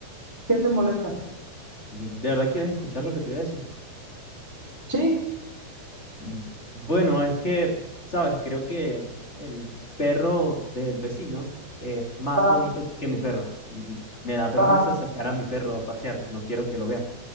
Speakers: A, in the centre; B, on the left.
A: ¿Qué te molesta?
B: Mm, ¿De verdad quieres escuchar lo que te voy a decir?
A: Sí,
B: Mm, bueno, es que, sabes, creo que el perro del vecino es más
A: ajá,
B: bonito que mi perro y me da vergüenza
A: ajá.
B: sacar a mi perro a pasear, no quiero que lo vea